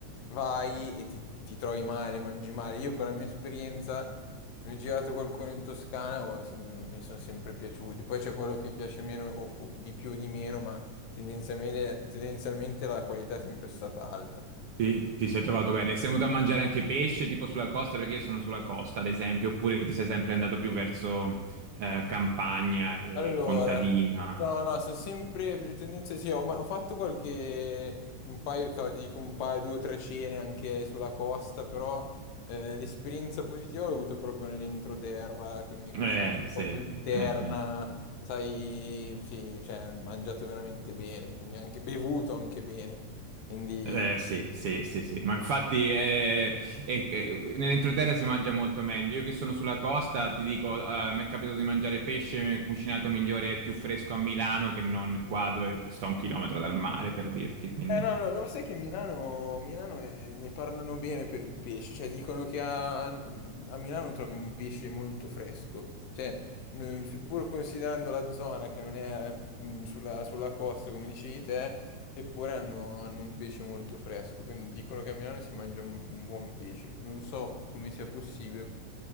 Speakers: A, on the left; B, on the right.
A: vai e ti, ti trovi male, mangi male. Io per la mia esperienza mi ho girato qualcuno in Toscana oh, e son- mi sono sempre piaciuti. Poi c'è quello che piace meno o, o di più o di meno, ma tendenzialmente, tendenzialmente la qualità è sempre stata alta.
B: Ti, ti sei trovato bene? Sei venuto a mangiare anche pesce, tipo sulla costa, perché io sono sulla costa, ad esempio, oppure ti sei sempre andato più verso eh, campagna e
A: Allora,
B: contadina?
A: no, no, sono sempre più tendenze, sì, ho, ma- ho fatto qualche, un paio, to- ti dico un paio, due o tre cene anche sulla costa, però eh, l'esperienza positiva l'ho avuto proprio nell'entroterra, quindi cucina
B: Eh, sì,
A: un po'
B: eh,
A: più interna,
B: eh.
A: sai, sì, cioè, mangiato veramente bene, quindi anche, bevuto anche bene, quindi
B: Eh, sì, sì, sì, sì. Ma infatti eh, eh, eh, nell'entroterra si mangia molto meglio. Io che sono sulla costa, ti dico, eh, mi è capitato di mangiare pesce cucinato migliore e più fresco a Milano che non qua dove che sto a un chilometro dal mare, per dirti, quindi...
A: Eh no, no, no, ma sai che Milano, Milano è- ne parlano bene per il pesce, cioè dicono che a, a Milano trovi un pesce molto fresco, cioè n- seppur considerando la zona che non è eh, mm, sulla, sulla costa come dicevi te, eppure hanno, hanno un pesce molto fresco, quindi dicono che a Milano si mangia un, un buon pesce, non so come sia possibile